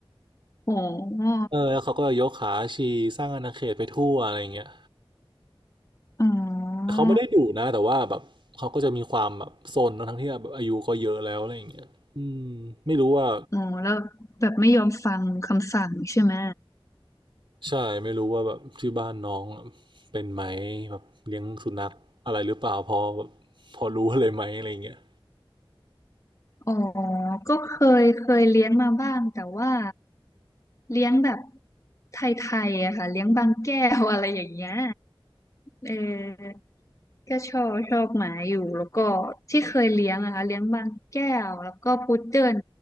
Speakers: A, on the left; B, on the right.
A: อ๋ออ๋
B: เออแล้วเขาก็ยกขาชีสร้างอาณาเขตไปทั่วอะไรเงี้ย
A: อ
B: เขาไม่ได้ดุนะแต่ว่าแบบเขาก็จะมีความแบบซนทั้งที่แบบอายุก็เยอะแล้วอะไรอย่างเงี้ยอืมไม่รู้ว่า
A: อ๋อแล้วแบบไม่ยอมฟังคำสั่งใช่ไหม
B: ใช่ไม่รู้ว่าแบบที่บ้านน้องเป็นไหมแบบเลี้ยงสุนัขอะไรหรือเปล่าพอแบบพอรู้อะไรไหมอะไรเงี้ย
A: อ๋อก็เคยเคยเลี้ยงมาบ้างแต่ว่าเลี้ยงแบบไทยๆอะค่ะเลี้ยงบางแก้วอะไรอย่างเงี้ยเออก็ชอบชอบหมาอยู่แล้วก็ที่เคยเลี้ยงอะค่ะเลี้ยงบางแก้วแล้วก็พุดเดิ้ล